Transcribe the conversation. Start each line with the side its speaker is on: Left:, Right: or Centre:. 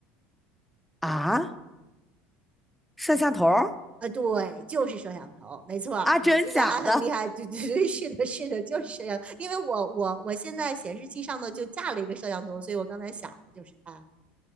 Centre: 啊，摄像头儿
Right: 嗯。啊，对，就是摄像头，没错儿，
Centre: 啊，真假的？
Right: 你这个还很厉害，对对对，<laughs> 是的，是的，就是摄像，因为我我我现在显示器上头就架了一个摄像头，所以我刚才想的就是它。